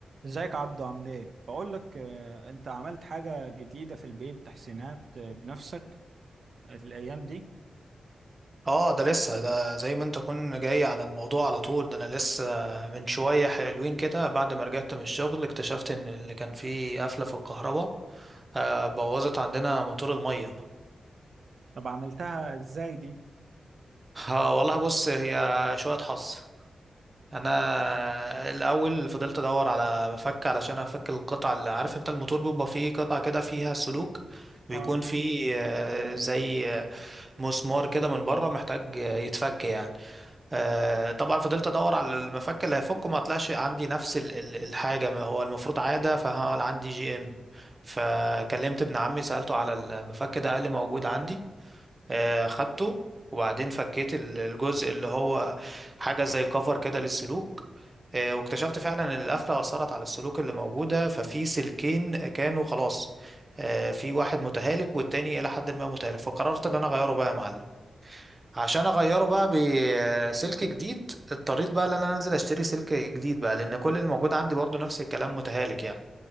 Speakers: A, on the right; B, on the right.
A: ازيك عبدو عامل ايه؟ بقول لك آه، انت عملت حاجة جديدة في البيت تحسينات آه، بنفسك الايام دي
B: اه ده لسه ده زي ما انت كنت جاي على الموضوع على طول ده انا لسه من شوية حلوين كده بعد ما رجعت من الشغل اكتشفت ان اللي كان فيه قفلة في الكهرباء آه، بوظت عندنا موتور المية
A: طب عملتها ازاي دي؟
B: اه والله بص هي شوية حظ انا الاول فضلت ادور على مفك علشان افك القطع اللي عارف انت الموتور بيبقى فيه قطعة كده فيها سلوك بيكون
A: اه
B: فيه آه، زي مسمار كده من بره محتاج يتفك يعني آه، طبعا فضلت ادور على المفك اللي هيفكه ما طلعش عندي نفس ال- ال- الحاجه ما هو المفروض عاده فانا عندي جي ام فكلمت ابن عمي سالته على المفك ده قال لي موجود عندي آه، خدته وبعدين فكيت ال- الجزء اللي هو حاجه زي كفر كده للسلوك آه، واكتشفت فعلا ان القفله اثرت على السلوك اللي موجوده ففي سلكين كانوا خلاص آه، في واحد متهالك والتاني الى حد ما متهالك فقررت ان انا اغيره بقى يا معلم عشان اغيره بقى بسلك جديد اضطريت بقى ان انا انزل اشتري سلك جديد بقى لان كل الموجود عندي برضو نفس الكلام متهالك يعني